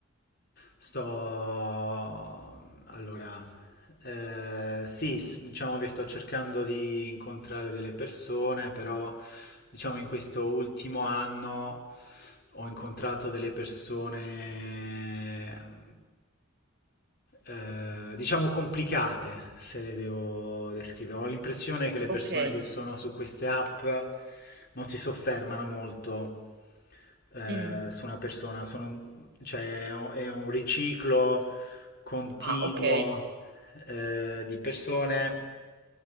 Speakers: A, on the left (about 50°); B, on the right (about 55°).
A: sto... Allora, eh, sì, s- diciamo che sto cercando di incontrare delle persone, però diciamo in questo ultimo anno ho incontrato delle persone... ehm, eh, diciamo complicate se le devo descrivere. Ho l'impressione
B: O-
A: che le persone
B: Ok.
A: che sono su queste app non si soffermano molto eh,
B: Mm.
A: su una persona, sono, cioè, è un è un riciclo continuo
B: Ah, ok.
A: eh, di persone